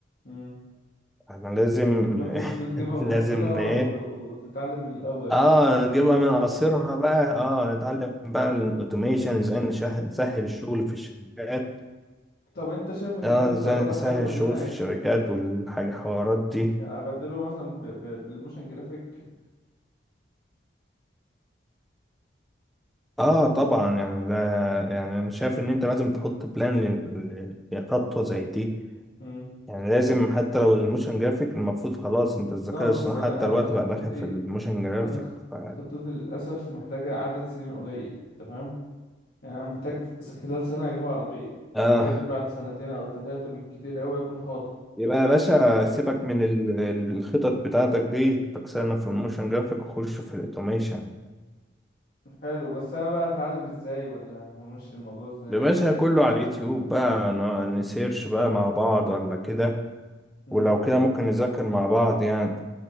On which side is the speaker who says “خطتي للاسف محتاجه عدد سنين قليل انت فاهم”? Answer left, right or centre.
Left